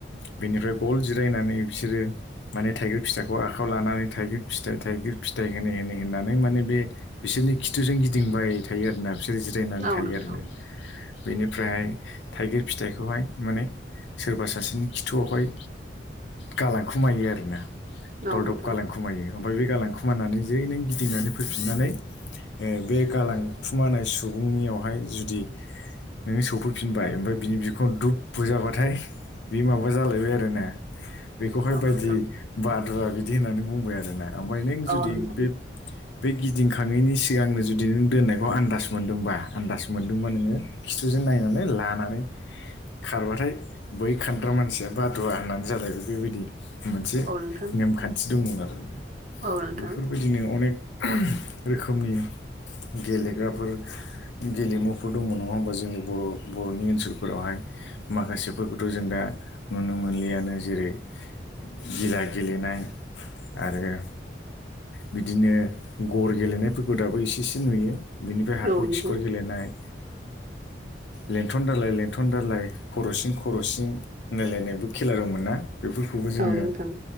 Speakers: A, on the left; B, on the right.
A: बिनिफ्राय गल जिरायनानै बिसोरो माने थाइगिर फिथाइखौ आखायाव लानानै थाइगिर फिथाइ थाइगिर फिथाइ होनै होनै होननानै माने बे बिसोरनि खिथुजों गिदिंबाय थायो आरोोना बिसोर जिरायनानै
B: औ
A: थायो
B: नोंथां
A: आरोना बेनिफ्रायहाय थाइगिर फिथाइखौहाय माने सोरबा सासेनि खिथुआवहाय गालांखुमायो आरोना
B: औ
A: दलदब
B: नोंथां
A: गालाखु खुमायो ओमफ्राय बे गालां खुमानानै ज नों गिदिंनानै फैफिननानै बे गालां खुमानाय सुबुंनियावहाय जुदि नोङो सौफैफिनबाय ओमफ्राय बिनि बिखुंङाव' दुब बुजाबाथाय बि माबा जालायबाय आरोना बेखौहाय
B: औ
A: बायदि
B: नोंथां
A: बादुवा बिदि होननानै बुंबाय आरोना ओमफ्राय नों जुदि
B: औ नोंथां
A: बे बे गिदिंखांङैनि सिगांनो जुदि नों दोननाय बेबखौ आन्दास मोन्दोंबा आन्दास मोन्दोंबा नोङो खिथुजों नायनानै लानानै खारबाथाय बै खानद्रा मानसिया बादुवा होननानै जालायबाय बेबायदि मोनसे
B: औ नोंथां
A: नेमखान्थि दंमोन आरो
B: औ नोंथां
A: बेफोरबायदि बिदिनो अनेक रोखोमनि गेलेग्राफोर गेलेमुफोर दङ नङा होमबा जोंनि बर' बर'नि ओनसोलफोरावहाय माखासेफोरखौथ' जों दा नुनो मोनलियानो जेरै गिला गेलेनाय आरो बिदिनो गर गेलेनायफोरखौ दाबो इसे एसे नुयो बिनिफ्राय हाखर
B: औ नोंथां
A: खिखर गेलेनाय लेंथन दालाय लेंथन दालाय खर'सिन खर'सिन होनायलायनायबो खेला दं मोना बेफोरखौबो
B: औ
A: जोङो
B: नोंथां